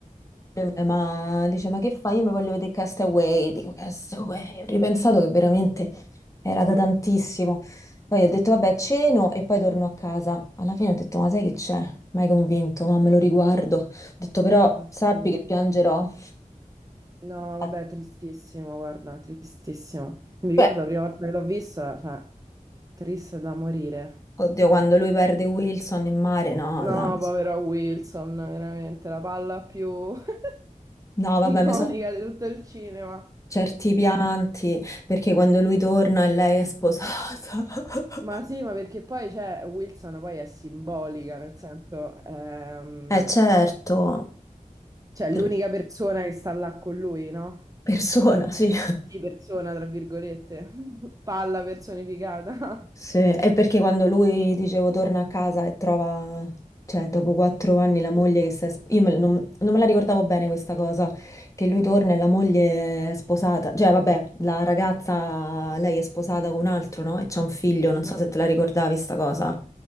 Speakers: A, on the left (about 20°); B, on the right (about 25°).
A: mi- ma dice ma che fai? Io mi voglio vedere Castaway, dico Castaway, ho ripensato che veramente... Era
B: <laughs>
A: da tantissimo. Poi ho detto, vabbè, ceno e poi torno a casa. Alla fine ho detto, ma sai che c'è? Mai convinto, ma me lo riguardo. Ho detto, però
B: Mhm. Ma
A: sappi
B: sì.
A: che piangerò. <laughs>
B: No,
A: Infatti,
B: vabbè, tristissimo, guarda, tristissimo. Mi ricordo
A: Beh,
B: la prima volta che l'ho vista, cioè, triste da morire.
A: Oddio, quando lui perde Wilson in mare, no,
B: No,
A: là, mi
B: povero
A: so-
B: Wilson, veramente, la palla più <laughs>
A: no, vabbè,
B: iconica
A: mi so
B: di tutto il cinema.
A: certi pianti, perché quando lui torna e lei è sposata. <laughs>
B: Ma sì, ma perché poi cioè, Wilson poi è simbolica, nel senso, ehm,
A: Eh certo,
B: cioè
A: per-
B: l'unica persona che sta là con lui, no?
A: persona, sì.
B: Sì, persona, tra virgolette, <laughs> palla personificata.
A: Sì, è perché quando lui, dicevo, torna a casa e trova, cioè, dopo quattro anni la moglie che si è... sp- Io me- non, non me la ricordavo bene questa cosa, che lui torna e la moglie è sposata, cioè, vabbè, la ragazza, lei è sposata con un altro, no? E c'ha un figlio, non
B: Mhm.
A: so se te la ricordavi sta cosa.